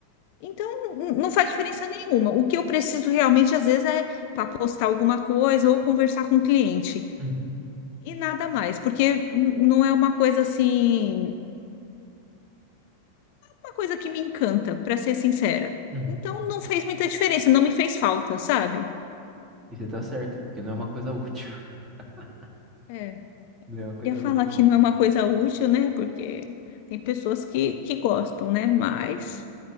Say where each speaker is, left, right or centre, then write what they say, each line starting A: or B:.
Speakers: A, on the left (about 50°); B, on the right (about 20°).
A: Então, n- não faz diferença nenhuma. O que eu preciso realmente, às vezes, é para postar alguma coisa ou conversar com o cliente.
B: uhum,
A: E nada mais, porque n- não é uma coisa assim. uma coisa que me encanta, pra ser sincera.
B: uhum.
A: Então não fez muita diferença, não me fez falta, sabe?
B: E você tá certo, porque não é uma coisa útil. <laughs>
A: É.
B: Não é uma coisa
A: Queria falar
B: útil,
A: que
B: não.
A: não é uma coisa útil, né? Porque tem pessoas que, que gostam, né? Mas